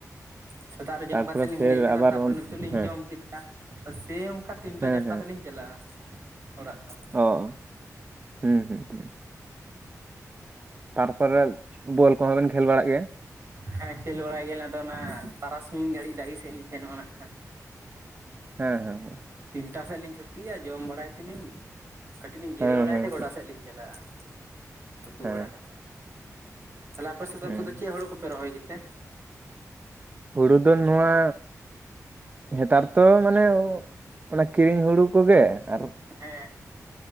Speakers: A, on the right; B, on the right.
A: ᱥᱮᱛᱟᱜ ᱨᱮ ᱡᱚᱢ
B: ᱛᱟᱨᱯᱚᱨᱮ
A: ᱠᱟᱛᱮᱫ ᱞᱤᱧ
B: ᱯᱷᱮᱨ
A: ᱦᱮᱡ ᱟᱠᱟᱱᱟ
B: ᱟᱵᱟᱨ
A: ᱛᱟᱯᱚᱨᱮ
B: ᱚᱱ-
A: ᱱᱤᱛᱚᱜ ᱞᱤᱧ
B: ᱦᱮᱸ
A: ᱡᱚᱢ ᱠᱮᱫᱟ᱾ ᱥᱮᱹᱭ ᱚᱱᱠᱟ ᱛᱤᱱᱴᱟ
B: ᱦᱮᱸ
A: ᱪᱟᱨᱴᱟ ᱛᱮᱞᱤᱧ ᱪᱟᱞᱟᱜᱼᱟ ᱚᱲᱟᱜ ᱫᱚ᱾
B: ᱚᱸ ᱦᱩᱸ ᱦᱩᱸ ᱦᱩᱸ, ᱛᱟᱨᱯᱚᱨᱮ ᱵᱚᱞ ᱠᱚᱦᱚᱸ ᱵᱮᱱ ᱠᱷᱮᱞ ᱵᱟᱲᱟᱜ ᱜᱮᱭᱟ᱾
A: ᱦᱮᱸ ᱠᱷᱮᱞ ᱵᱟᱲᱟᱭ ᱜᱮᱭᱟᱞᱤᱧ ᱛᱚ ᱟᱫᱚ ᱚᱱᱟ ᱛᱟᱨᱟᱥᱤᱧ ᱜᱷᱟᱹᱲᱤᱡ ᱰᱟᱹᱦᱤ ᱥᱮᱜ ᱞᱤᱧ ᱥᱮᱱᱚᱜ ᱟᱱᱟᱜ ᱠᱷᱟᱱ᱾
B: ᱦᱮᱸ ᱦᱮᱸ ᱦᱮᱸ,
A: ᱛᱤᱱᱴᱟ ᱥᱮᱫ ᱞᱤᱧ ᱪᱷᱩᱴᱤᱜ-ᱟ ᱡᱚᱢ ᱵᱟᱲᱟᱭ ᱛᱮᱞᱤᱧ ᱠᱟᱹᱴᱤᱡ ᱞᱤᱧ ᱡᱤᱨᱟᱹ
B: ᱦᱮᱸ
A: ᱵᱟᱲᱟᱭ
B: ᱦᱮᱸ
A: ᱛᱮ ᱜᱚᱰᱟ ᱥᱮᱫ ᱞᱤᱧ ᱪᱟᱞᱟᱜ-ᱟ ᱛᱩᱯᱩ
B: ᱦᱮᱸ
A: ᱵᱟᱲᱟ ᱠᱟᱛᱮᱫ᱾ ᱛᱟᱦᱞᱮ ᱟᱯᱮ ᱥᱮᱫ ᱫᱚ
B: ᱦᱮᱸ
A: ᱱᱤᱛᱚᱜ ᱫᱚ ᱪᱮᱫ ᱦᱚᱲᱳ ᱠᱚᱯᱮ ᱨᱚᱦᱚᱭ ᱜᱮᱛᱮ?
B: ᱦᱩᱲᱩ ᱫᱚ ᱱᱚᱣᱟ ᱱᱮᱛᱟᱨ ᱛᱚ ᱢᱟᱱᱮ ᱚᱱᱟ ᱠᱤᱨᱤᱧ ᱦᱩᱲᱩ ᱠᱚᱜᱮ ᱟᱨ᱾
A: ᱦᱮᱸ,